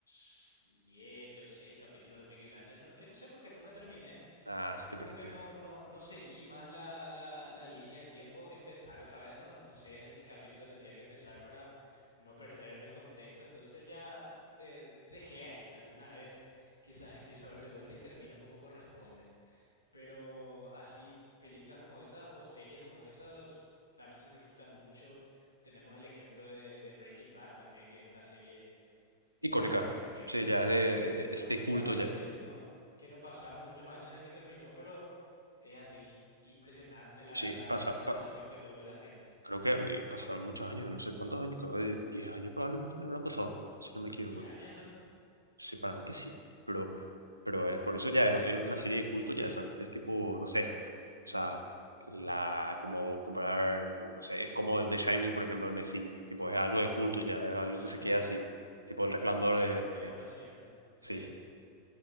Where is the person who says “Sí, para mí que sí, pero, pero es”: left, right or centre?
Right